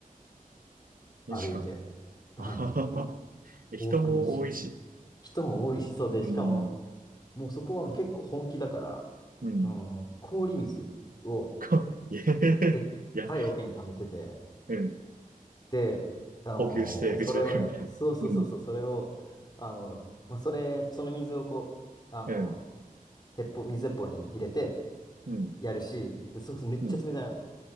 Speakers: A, on the right (about 70°); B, on the left (about 30°).
A: マジか。
B: 歩いて。うん、
A: あはははえ人も多いし。
B: 往復2時間。人も多いし、そうで、
A: うん。
B: しかも、もうそこはもう結構本気だから、
A: うん。
B: あの、氷水を
A: か、いや、いや、
B: でっかい桶に溜めてて、
A: うん。
B: で、あの、
A: 補給して打ちまくるみたいな。
B: それをね、そうそうそうそう、
A: うん。
B: それを、あの、まあ、それ、その水をこう、あの、
A: うん。
B: 鉄砲、水鉄砲に入れて
A: うん。
B: やるし、でそそめっちゃ冷たいの。
A: うん。